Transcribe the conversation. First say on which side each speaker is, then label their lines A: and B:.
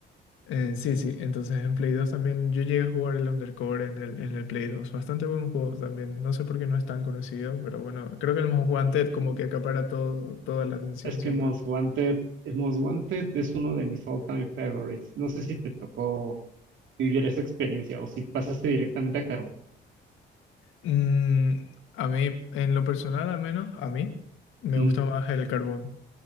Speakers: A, on the left (about 80°); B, on the right (about 75°).
A: eh, sí, sí, entonces en Play 2 también yo llegué a jugar el Undercover en el, en el Play 2. Bastante buen juego también. No sé por qué no es tan conocido, pero bueno, creo que el Most
B: Mm,
A: Wanted como que acapara todo, toda la atención
B: Es que
A: siempre.
B: Most Wanted, Most Wanted es uno de mis all-time favorites. No sé si te tocó vivir esa experiencia o si pasaste directamente a Carbon.
A: Mm, a mí, en lo personal al menos, a mí me
B: Mm,
A: gusta más el carbón,